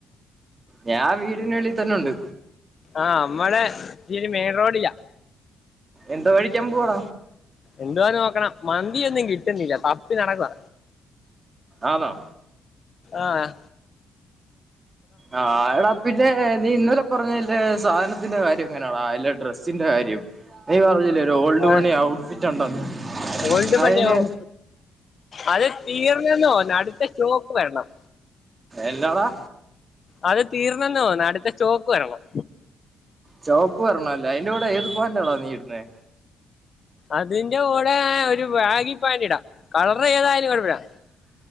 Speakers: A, on the right (about 30°); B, on the left (about 45°).
A: ഞാൻ വീടിൻ്റെ വെളി തന്നെ ഉണ്ട്
B: ആഹ് നമ്മടെ ഇച്ചിരി മെയിൻ റോഡില
A: എന്തോ കഴിക്കാൻ പോവാട
B: എന്തുവാന്ന് നോക്കണം മന്തിയൊന്നും കിട്ടുന്നില്ല തപ്പി നടക്കുവ
A: ആന്നോ
B: ആഹ്
A: ആഹ് എടാ പിന്നെ നീ ഇന്നലെ പറഞ്ഞ ഇലെ സാധനത്തിന്റെ കാര്യം എങ്ങനാടാ ഇലെ ഡ്രസ്സിന്റെ കാര്യം നീ പറഞ്ഞില്ലേ ഒരു ഓൾഡ്
B: ആ
A: മണി ഔട്ട്‌ഫിറ്റ് ഉണ്ടെന്ന്
B: ഓൾഡ് പണിയാവും
A: അയിന്
B: അത് തീർന്നന്ന് തോന്നുന്നു അടുത്ത സ്റ്റോക്ക് വരണം
A: എന്നാടാ
B: അത് തീർന്നെന്ന് തോന്നുന്ന് അടുത്ത സ്റ്റോക്ക് വരണം
A: ചോപ്പ് വരണല്ലേ അതിന്റെ കൂടെ ഏത് പാൻ്റ് ആടാ നീ ഇടുന്നേ
B: അതിന്റെ കൂടെ ഒരു ബാഗി പാൻ്റ് ഇടാം കളർ ഏതായാലും കുഴപ്പവില്ല